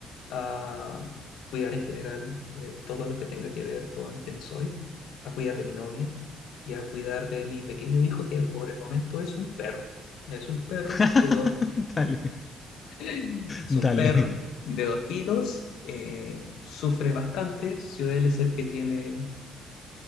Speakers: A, on the left (about 70°); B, on the left (about 20°).
A: a cuidar en general eh, todo lo que tenga que ver con quién soy, a cuidar de mi novia y a cuidar de mi pequeño hijo que por el momento es un perro. Es un perro
B: <laughs>
A: de dos
B: dale,
A: Es
B: dale.
A: un perro de dos kilos, eh, sufre bastante, suele ser que tiene